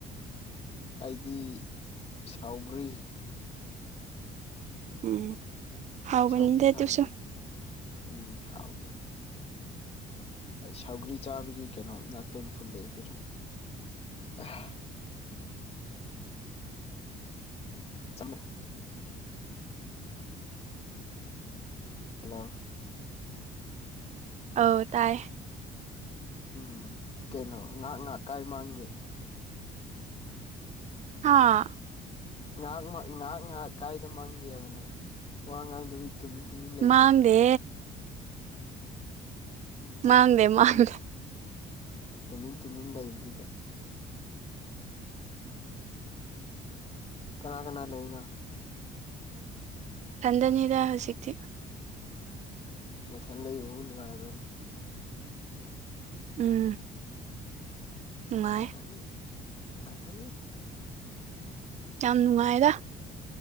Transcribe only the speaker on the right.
ꯎꯝ ꯍꯥꯎꯕꯅꯤꯗ
ꯑꯗꯨꯁꯨ
ꯑꯧ ꯇꯥꯏ
ꯍꯥꯥ
ꯃꯥꯡꯗꯦ
ꯃꯥꯡꯗꯦ
ꯃꯥꯡꯗꯦ
ꯏꯊꯟꯗꯅꯤꯗ ꯍꯧꯖꯤꯛꯇꯤ
ꯎꯝ ꯅꯨꯡꯉꯥꯏ
ꯌꯥꯝ ꯅꯨꯡꯉꯥꯏꯗ